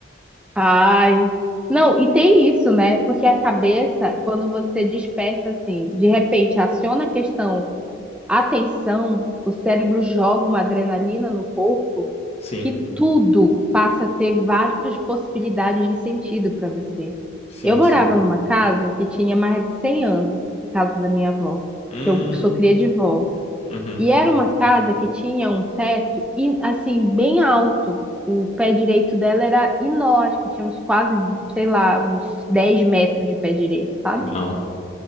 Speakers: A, in the centre; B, on the left.
A: Ai. Não, e tem isso, né? Porque a cabeça, quando você desperta assim, de repente aciona a questão A tensão, o cérebro joga uma adrenalina no corpo
B: Sim,
A: que tudo passa a ter várias possibilidades de sentido para você.
B: sim,
A: Eu morava
B: sim.
A: numa casa que tinha mais de 100 anos, casa da minha avó,
B: Hum,
A: que eu sou cria de vó.
B: uhum,
A: E era uma casa que tinha um teto e assim bem alto. O pé direito dela era enorme, que tinha uns quase, sei lá, uns 10 metros de pé direito, sabe?
B: bom.